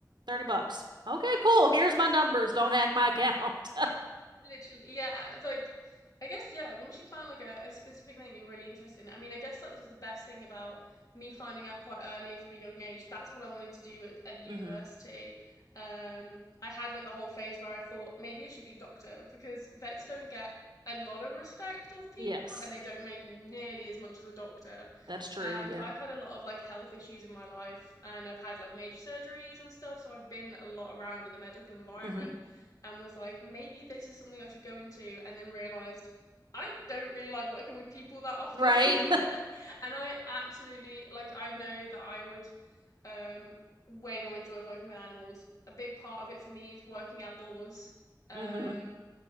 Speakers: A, on the right; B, on the left.
A: 30 bucks. Okay, cool. Here's my numbers. Don't hack my account.
B: Literally, yeah. Like, I guess, yeah, once you find like a, a specific thing you're really interested in, I mean, I guess that was the best thing about me finding out quite early from a young age. That's what I wanted to do at, at university.
A: <laughs> hmm
B: Um, I had like a whole phase where I thought maybe I should be a doctor because vets don't get a lot of respect off people
A: Yes,
B: and they don't make nearly as much as a doctor.
A: that's true.
B: And
A: Yeah.
B: I've had a lot of like health issues in my life and I've had like major surgeries and stuff, so I've been a lot around in the medical environment
A: hmm
B: and was like, maybe this is something I should go into, and then realized I don't really like working with people that often.
A: Right?
B: <laughs> And I absolutely like, I know that I would um, way more enjoy working with animals. A big part of it for me is working outdoors. Um,
A: <laughs> hmm